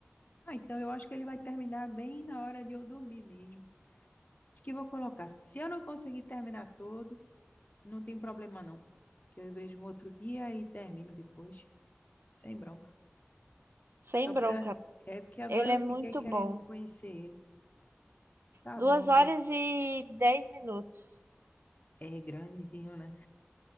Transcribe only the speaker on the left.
Ah, então eu acho que ele vai terminar bem na hora de eu dormir mesmo. Acho que vou colocar. Se eu não conseguir terminar todo, não tem problema não. Que eu vejo um outro dia e termino depois. Sem bronca.
Só
pra. É porque agora
eu
fiquei querendo
conhecer ele. Tá
bom,
Bia.
É grandezinho, né?